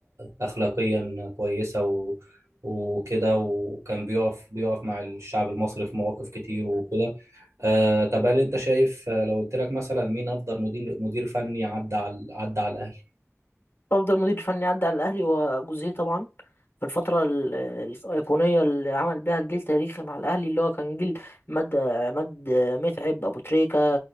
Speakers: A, on the right; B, on the left.
A: أخلاقيا كويسة و... وكده وكان بيقف بيقف مع الشعب المصري في مواقف كتير وكده آه طب هل أنت شايف آه، لو قلت لك مثلا مين أفضل مدير مدير فني عدى على عدى على الأهلي؟
B: افضل مدير فني عدى على الاهلي وجوزيه طبعا في الفتره ال- الايقونيه اللي عمل بيها جيل تاريخي مع الاهلي اللي هو كان جيل عماد عماد متعب ابو تريكه